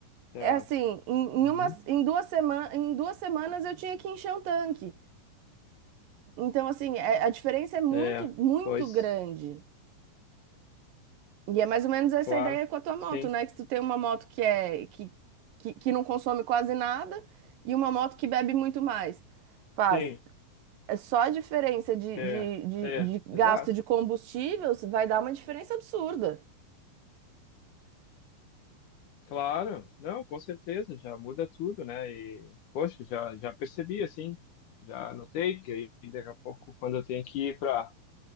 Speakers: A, on the left; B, on the right.
A: Tá.
B: É assim, em,
A: Uhum.
B: em, umas, em, duas semanas, em duas semanas eu tinha que encher um tanque. Então, assim, é- a diferença é muito,
A: É,
B: muito
A: pois,
B: grande. E é mais ou menos essa
A: claro.
B: ideia com a tua moto,
A: Sim,
B: né? Que tu tem uma moto que é que, que, que não consome quase nada e uma moto que bebe muito mais. Paz,
A: sim,
B: é só a diferença de,
A: é,
B: de, de,
A: é,
B: de gasto
A: exato.
B: de combustível vai dar uma diferença absurda.
A: Claro, não, com certeza, já muda tudo, né? E, poxa, já, já percebi, assim, já notei que aí daqui a pouco, quando eu tenho que ir para